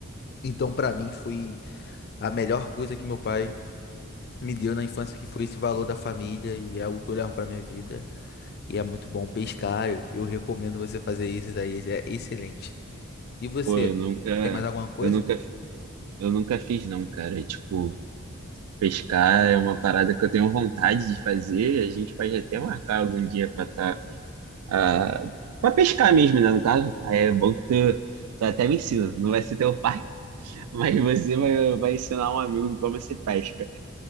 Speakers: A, on the left (about 45°); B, on the right (about 85°).
A: Então pra mim foi a melhor coisa que meu pai me deu na infância, que foi esse valor da família e é algo que eu levo pra minha vida. E é muito bom pescar, eu, eu recomendo você fazer isso, daí é excelente. E você,
B: Pô, eu nunca
A: tem mais alguma coisa?
B: eu nunca eu nunca fiz não, cara. Tipo, pescar é uma parada que eu tenho vontade de fazer, a gente pode até marcar algum dia para estar ah, pra pescar mesmo, né? No caso, aí é bom que tu, tu até me ensina. Não vai ser teu pai, <laughs> mas você vai, vai ensinar um amigo como se pesca.